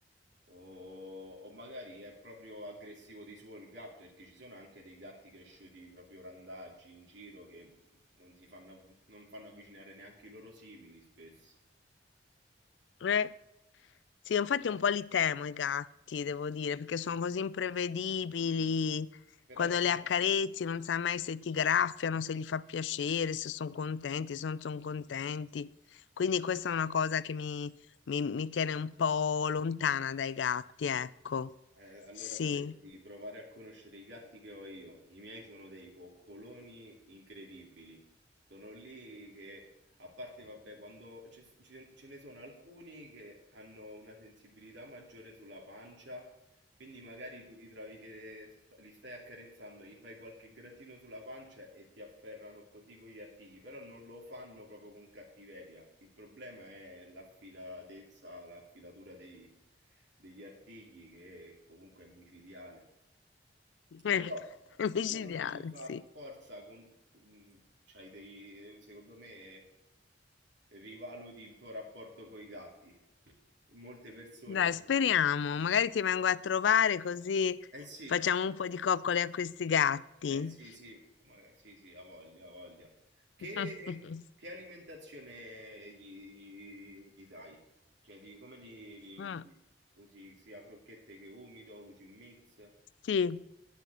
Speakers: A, on the right; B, on the left.
A: o, o magari è proprio aggressivo di suo il gatto, perché ci sono anche dei gatti cresciuti proprio randaggi in giro che non si fanno, av- non fanno avvicinare neanche i loro simili spesso.
B: Eh, sì, infatti un po' li temo i gatti, devo dire, perché sono così imprevedibili.
A: Però
B: Quando
A: diciamo
B: le accarezzi non sai mai se ti graffiano, se gli fa piacere, se sono contenti, se non sono contenti. Quindi questa è una cosa che mi, mi- mi tiene un po' lontana dai gatti, ecco.
A: Eh, allora
B: Sì.
A: dovresti provare a conoscere i gatti che ho io. I miei sono dei coccoloni incredibili. Sono lì che, a parte, vabbè, quando ce, ce- ce ne sono alcuni che hanno una sensibilità maggiore sulla pancia, quindi magari ti ritrovi che sta- li stai accarezzando, gli fai qualche grattino sulla pancia e ti afferrano così con gli artigli, però non lo fanno proprio con cattiveria. Il problema è l'affilatezza, la filatura dei degli artigli che comunque è micidiale.
B: Eh,
A: Però
B: È
A: se
B: <laughs> micidiale,
A: uno non gli fa
B: sì.
A: forza, con, mm, c'hai dei, secondo me rivaluti il tuo rapporto con i gatti. Molte persone,
B: Dai,
A: molti-
B: speriamo. Magari ti vengo a trovare così
A: eh sì,
B: facciamo un po' di coccole a questi gatti.
A: eh sì, sì, ma sì, sì, ha voglia, ha voglia. Che,
B: <laughs>
A: che alimentazione gli, gli- gli dai? Cioè, di, come li, li
B: Mm,
A: usi? Usi sia crocchette che umido? Usi un mix?
B: Sì.